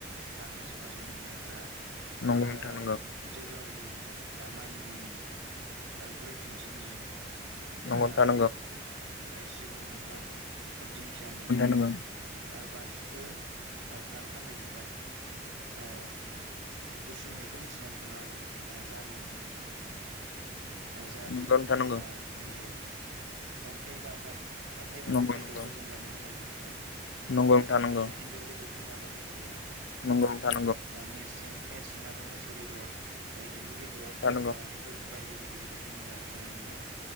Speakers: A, on the right (about 85°); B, on the left (about 75°).
A: हाग्रा सिङाव जों मोननो हाग्रा अ
B: नंगौ नोंथां नंगौ
A: जोगोलावरि आ मानिमुनि आ बुरै थुन्थिनि थाराय
B: नंगौ नोंथां
A: अ सिब्रु मैगं अ दिंखिया मैगं।
B: नंगौ
A: आ बारसिखो आ खार'खान्दै बिबार अ उसुमैखौ मिथिनानै नोंथाङा आ जारिबो होनो। आ जारि
B: नंगौ नंगौ नोंथां नंगौ
A: आमफ्रायो अन्थाइ बाजाब अन्थाइ बाजाब
B: नंगौ
A: बेदरफोरजों जानो मोजांथार नोंथां।
B: नोंथां नंगौ
A: अ एन्जर बेदरजों जानो गोथाव जायो अ
B: नंगौ
A: नेरसिं नेरसिङाबो मैसो बेदर अ एम्बु बेदर
B: नंगौ
A: आ बेफोर बायदि बायदि बेद बेफोरजों जाजायो नोंथां।